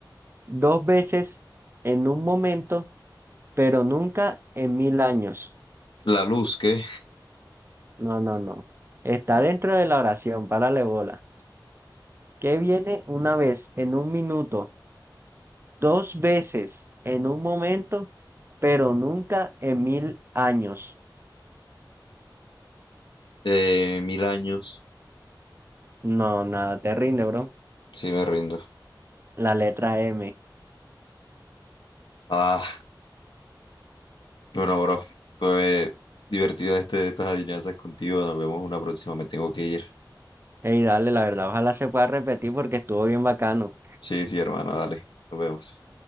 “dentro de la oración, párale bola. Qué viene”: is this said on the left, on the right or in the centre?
Right